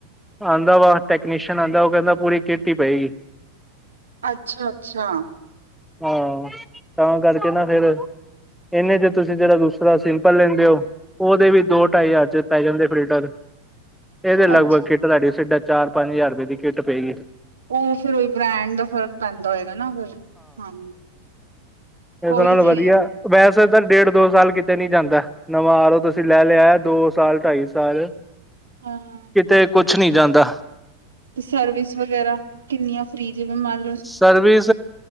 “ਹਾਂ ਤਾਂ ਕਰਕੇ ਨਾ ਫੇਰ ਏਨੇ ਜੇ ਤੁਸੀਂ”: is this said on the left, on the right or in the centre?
Centre